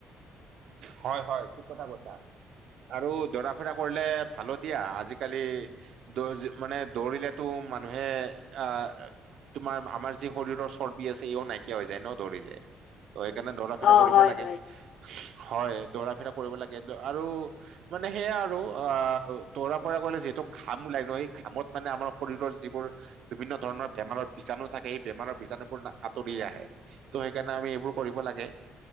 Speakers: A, on the right (about 75°); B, on the left (about 65°).
A: হয়, হয় ঠিক কথা কৈছা। আৰু জৰা ফিৰা কৰিলে ভাল দিয়া আজিকালি দৌ মানে দৌৰিলেতো মানুহে আহ তোমাৰ, আমাৰ যি শৰীৰৰ চৰ্বি আছে, ইও নাইকিয়া হৈ যায় ন দৌৰিলে। ত', সেইকাৰণে দৌৰা ফিৰা
B: অ
A: কৰিব
B: হয়
A: লাগে,
B: হয়
A: হয়, দৌৰা ফিৰা কৰিব লাগে আৰু মানে সেয়া আৰু আ দৰা পৰা কলে যিহেতু ঘাম ওলাই, ন, সেই ঘামত মানে আমাৰ শৰীৰৰ যিবোৰ বিভিন্ন ধৰণৰ বেমাৰৰ বীজাণু থাকে এই বেমাৰৰ বীজাণু আঁতৰি আহে ত' সেইকাৰণে আমি এইবোৰ কৰিব লাগে।